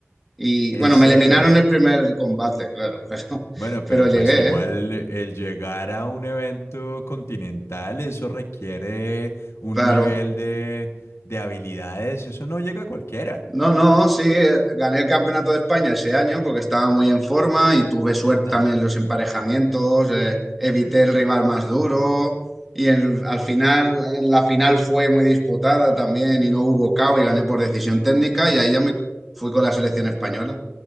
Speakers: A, in the centre; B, on the left (about 80°).
A: y
B: en
A: bueno,
B: serio.
A: me eliminaron el primer combate, claro, <laughs> pero,
B: Bueno,
A: pero
B: pero
A: llegué,
B: pues igual
A: ¿eh?
B: el llegar a un evento continental, eso requiere un
A: Claro.
B: nivel de, de habilidades, eso no llega a cualquiera.
A: No, no, sí, eh, gané el Campeonato de España ese año porque estaba muy en forma y tuve suerte
B: Ajá.
A: también en los emparejamientos, eh, evité el rival más duro y en- al final, en la final fue muy disputada también y no hubo KO y gané por decisión técnica y ahí ya me fui con la selección española